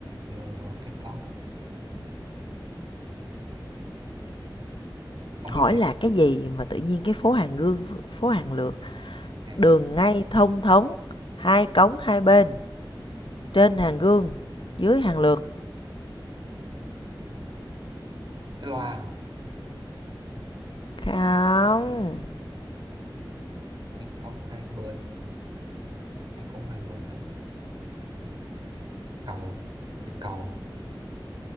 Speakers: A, on the right; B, on the left.
A: Ngờ ngờ cái cống. Không
B: Hỏi
A: biết thiệt.
B: là cái gì mà tự nhiên cái phố hàng gương, phố hàng lược,
A: Hàng
B: đường ngay thông thống, hai cống hai bên, Trên hàng gương, dưới hàng lược.
A: cái loa hả?
B: Không,
A: Hai cống hai bên. Hai cống hai bên là gì? Cầu. Cái cầu.